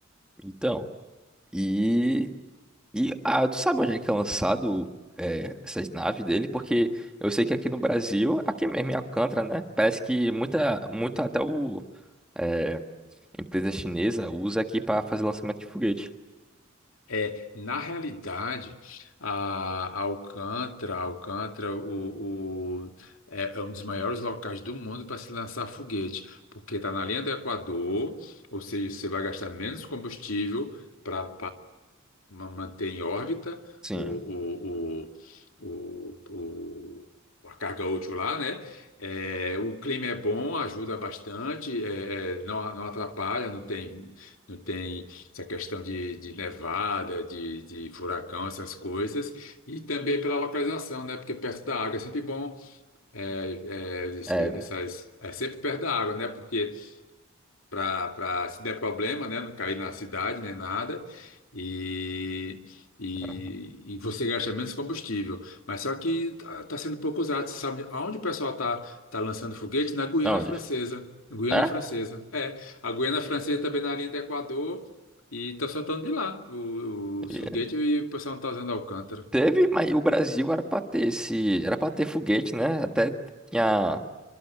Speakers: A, in the centre; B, on the left (about 85°).
A: Então. E E ah, tu sabe onde é que é lançado é, essas naves dele? Porque eu sei que aqui no Brasil, aqui mesmo em Alcântara, né? Parece que muita, muito até o é, empresa chinesa usa aqui para fazer lançamento de foguete.
B: É, na realidade, a, a Alcântara, a Alcântara o, o- é, é um dos maiores locais do mundo para se lançar foguete, porque está na linha do Equador, ou seja, você vai gastar menos combustível para manter em órbita
A: Sim.
B: o, o, o, o, o- a carga útil lá, né? É, o clima é bom, ajuda bastante, é, é, não, não atrapalha, não tem, não tem essa questão de, de nevada, de, de furacão, essas coisas, e também pela localização, né? Porque perto da água é sempre bom, é, é,
A: É.
B: essas, é sempre perto da água, né? Porque para se der problema, né? Não cair na cidade nem nada. E, e,
A: ah,
B: e você gasta menos combustível. Mas só que está sendo pouco usado. Você sabe aonde o pessoal está tá tá lançando foguete? Na Guiana
A: Onde?
B: Francesa. Guiana
A: É?
B: Francesa. É, a Guiana Francesa também na linha do Equador. E estão soltando de lá o, o
A: Yeah.
B: foguete e o pessoal não está usando Alcântara.
A: Teve, mas o Brasil era para ter esse, era para ter foguete, né? Até tinha